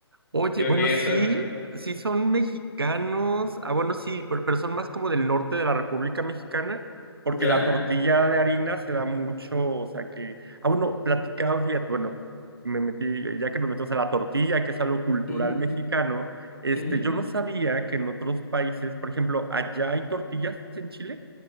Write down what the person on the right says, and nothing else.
Oye,
bueno,
sí,
sí son mexicanos. Ah, bueno, sí, pero, pero son más como del norte de la República Mexicana, porque
la tortilla de harina se da mucho, o sea que, ah, bueno, platicaba, fíjate, bueno, me metí, ya que nos metemos a la tortilla, que es algo cultural
mexicano, este,
yo no sabía que en otros países, por ejemplo, allá hay tortillas en Chile,